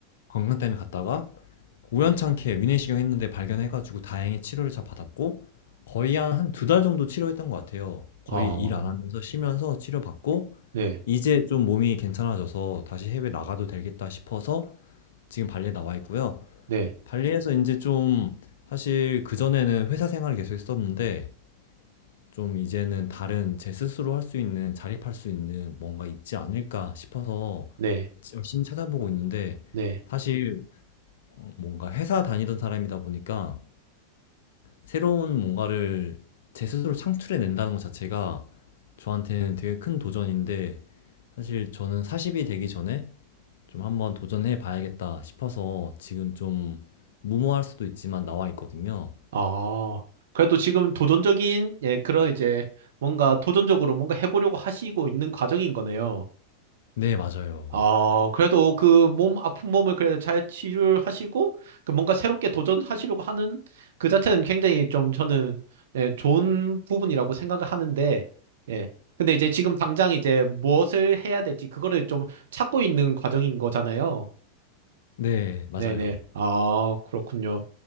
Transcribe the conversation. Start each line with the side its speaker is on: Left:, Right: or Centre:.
Left: 건강 때문에 갔다가 우연찮게 위내시경 했는데 발견해가지고 다행히 치료를 잘 받았고 거의 한 한 두 달 정도 치료했던 것 같아요. 거의
Right: 어.
Left: 일 안 하면서 쉬면서 치료받고
Right: 네.
Left: 이제 좀 몸이 괜찮아져서 다시 해외 나가도 되겠다 싶어서 지금 발리에 나와 있고요.
Right: 네.
Left: 발리에서 인제 좀 사실 그전에는 회사 생활을 계속 했었는데 좀 이제는 다른 제 스스로 할 수 있는 자립할 수 있는 뭔가 있지 않을까 싶어서
Right: 네.
Left: 열심히 찾아보고 있는데
Right: 네.
Left: 사실 어, 뭔가 회사 다니던 사람이다 보니까 새로운 뭔가를 제 스스로 창출해 낸다는 것 자체가 저한테는 되게 큰 도전인데 사실 저는 40이 되기 전에 좀 한번 도전해 봐야겠다 싶어서 지금 좀 무모할 수도 있지만 나와 있거든요.
Right: 아, 그래도 지금 도전적인, 예, 그런 이제 뭔가 도전적으로 뭔가 해보려고 하시고 있는 과정인 거네요.
Left: 네, 맞아요.
Right: 아, 그래도 그 몸 아픈 몸을 그래도 잘 치료를 하시고, 그 뭔가 새롭게 도전하시려고 하는 그 자체는 굉장히 좀 저는, 예, 좋은 부분이라고 생각을 하는데, 예. 근데 이제 지금 당장 이제 무엇을 해야 될지 그거를 좀 찾고 있는 과정인 거잖아요.
Left: 네, 맞아요.
Right: 네네. 아, 그렇군요.